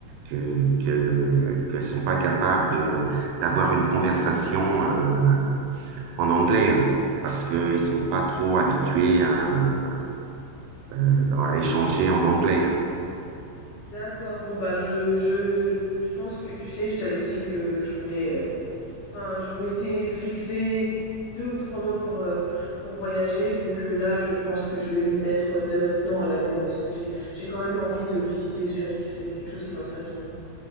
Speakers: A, on the right (about 85°); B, on the left (about 75°).
A: que, qu'elles sont pas capables de, d'avoir une conversation euh, en anglais hein, parce qu'ils sont pas trop habitués à, euh, euh, à échanger en anglais.
B: D'accord. Bon bah je je je pense que tu sais, je t'avais dit que je voulais. euh, Enfin, je m'étais fixé deux ou trois mois pour euh, pour voyager. Donc euh, là, je pense que je vais m'y mettre euh, dès maintenant à l'allemand parce que j'ai j'ai quand même envie de visiter Zurich. C'est quelque chose qui m'intéresse beaucoup.